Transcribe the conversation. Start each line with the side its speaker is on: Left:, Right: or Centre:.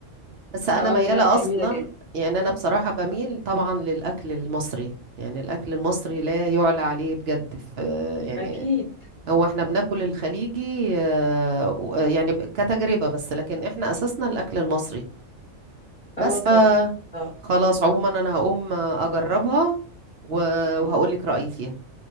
Right: بس انا
Left: اه
Right: مياله
Left: لا جميلة
Right: اصلا
Left: جدا
Right: يعني انا بصراحه بميل طبعا للاكل المصري يعني الاكل المصري لا يعلى عليه بجد في يعني
Left: اكيد
Right: هو احنا بناكل الخليجي آه، و- آه، يعني ب- كتجربه بس لكن احنا اساسنا الاكل المصري بس
Left: اه طبعا
Right: ف
Left: اه
Right: خلاص عموما انا هقوم اجربها و- وهقول لك رايي فيها